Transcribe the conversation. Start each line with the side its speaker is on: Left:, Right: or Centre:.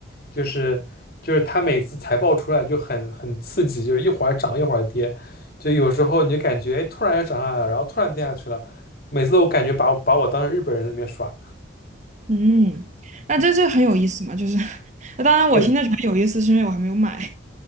Left: 就是就是他每次财报出来就很很刺激，就是一会儿涨一会儿跌，就有时候你就感觉哎突然又涨上来了，然后突然跌下去了，每次我感觉把我把我当成日本人在那边耍，
Right: 嗯，那这这很有意思嘛，就是，<laughs> 当然我现在觉得有意思，
Left: 对
Right: 是因为我还没有买。